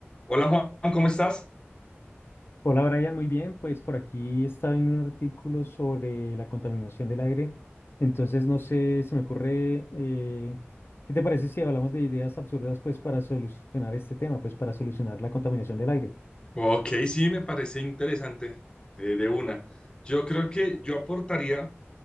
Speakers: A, on the left; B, on the left.
A: Hola Juan, ¿cómo estás?
B: Hola Brian, muy bien. Pues por aquí estaba viendo un artículo sobre la contaminación del aire. Entonces, no sé, se me ocurre, eh, ¿qué te parece si hablamos de ideas absurdas pues para solucionar este tema, pues para solucionar la contaminación del aire?
A: Ok, sí, me parece interesante, eh, de una. Yo creo que yo aportaría